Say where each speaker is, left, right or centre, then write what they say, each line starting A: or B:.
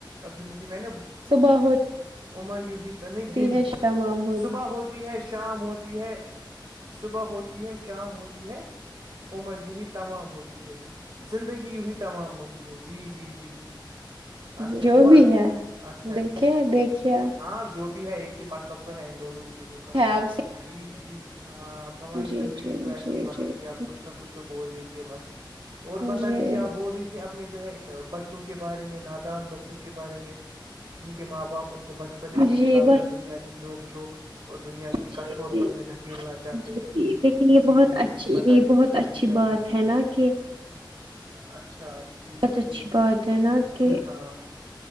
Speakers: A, on the right; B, on the right.
A: ابھی مجھے میں نے
B: صبح
A: عمر یوی تو نہیں
B: ہوتی
A: دن
B: ہے تمام
A: صبح ہوتی ہے شام ہوتی ہے صبح ہوتی ہے شام ہوتی ہے عمر یی تمام ہوتی ہے زندگی یوی تمام ہوتی ہے جی جی جی
B: جو
A: اچھا عمر
B: بھی ہے
A: اچھا
B: دیکھے
A: ٹھیک ٹھیک
B: دیکھیے
A: ٹھیک آپ جو بھی ہے ایک ہی مطلب تو ہے ان دونوں چیزوں کا
B: ہے آپ سے
A: جی جی ہاں اب ہماری
B: جی
A: زندگی
B: جی
A: تو ایسی
B: جی
A: ہی بن
B: جی
A: گئی ہے آپ کچھ نہ کچھ تو بول دیجے بس اور بتا
B: جی
A: دیجیے آپ بول رہی ت تھے اپنے جو ہے ان بچوں کے بارے میں نادان بچوں کے بارے میں جن کے ماں باپ ان کو بچپنے سے نکال
B: جی بس
A: کر دنیا کی نوک جھوک اور دنیا کی
B: جی
A: کٹھور
B: جی
A: پن میں دھکیلنا چاہ چاہتے
B: جی جی
A: ہیں
B: لیکن یہ
A: جی
B: بہت
A: جی
B: اچھی
A: بتائیے
B: یہ بہت
A: بتائیے
B: اچھی
A: کیا
B: بات
A: بول رہے
B: ہے
A: تھے آپ
B: نا کہ
A: اچھا ٹھیک
B: بہت اچھی
A: ٹھیک
B: بات ہے نا کہ
A: ہاں